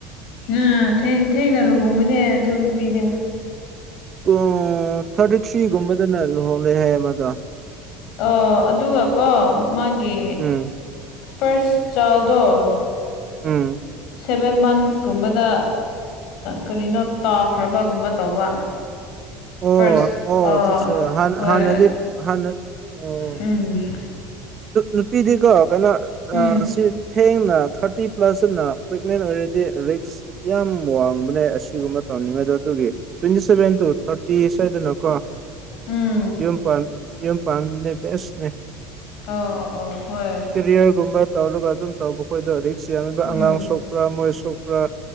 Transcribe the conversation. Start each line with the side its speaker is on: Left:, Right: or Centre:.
Left: ꯑꯝ ꯊꯦꯡꯅ ꯂꯨꯍꯣꯡꯕꯅꯦ ꯑꯗꯨ ꯅꯨꯄꯤꯗꯣ
Right: ꯑꯣ ꯊꯥꯔꯇꯤ ꯊ꯭ꯔꯤ ꯒꯨꯝꯕꯗꯅ ꯂꯨꯍꯣꯡꯂꯦ ꯍꯥꯏ ꯃꯗꯣ
Left: ꯑ ꯑꯗꯨꯒꯀꯣ ꯃꯥꯒꯤ
Right: ꯎꯝ
Left: ꯐꯥ꯭ꯁ ꯆꯥꯜꯗꯣ
Right: ꯎꯝ
Left: ꯁꯦꯚꯦꯟ ꯃꯟꯁꯀꯨꯝꯕꯗ ꯀꯔꯤꯅꯣ ꯇꯥꯈ꯭ꯔꯕꯒꯨꯝꯕ ꯇꯧꯕ
Right: ꯑꯣ
Left: ꯐꯥꯔꯁ
Right: ꯑꯣ
Left: ꯑ
Right: ꯑꯆꯥ ꯆꯥ
Left: ꯍꯣꯏ
Right: ꯍꯥꯟꯅꯗꯤ ꯍꯥꯟꯅ ꯑꯣ
Left: ꯎꯝ
Right: ꯅꯨꯄꯤꯗꯤꯀꯣ ꯀꯩꯅꯣ
Left: ꯎꯝ
Right: ꯁꯤ ꯊꯦꯡꯅ ꯊꯥꯔꯇꯤ ꯄ꯭ꯂꯁꯅ ꯄ꯭ꯔꯦꯒꯅꯦꯟ ꯑꯣꯏꯔꯦ ꯗꯤ ꯔꯤꯛꯁ ꯌꯥꯝ ꯋꯥꯡꯕꯅꯦ ꯑꯁꯤꯒꯨꯝꯕ ꯇꯧꯅꯤꯡꯉꯁꯨ ꯑꯗꯨꯒꯤ ꯇ꯭ꯋꯦꯟꯇꯤ ꯁꯦꯚꯦꯟ ꯇꯨ ꯊꯥꯔꯇꯤ ꯁꯥꯏꯗꯅ ꯀꯣ
Left: ꯎꯝ
Right: ꯌꯨꯝ ꯄꯥꯟ ꯌꯨꯝ ꯄꯥꯟꯕꯅ ꯕꯦꯁꯅꯦ
Left: ꯑꯣ ꯑꯣ ꯍꯣꯏ
Right: ꯀꯦꯔꯤꯌꯔꯒꯨꯝꯕ ꯇꯧꯔꯒ ꯑꯗꯨꯝ ꯇꯧꯕ ꯃꯈꯣꯏꯗꯣ ꯔꯤꯛꯁ ꯌꯥꯝꯃꯤꯕ
Left: ꯎꯝ
Right: ꯑꯉꯥꯡ ꯁꯣꯛ ꯃꯣꯏ ꯁꯣꯛꯄ꯭ꯔꯥ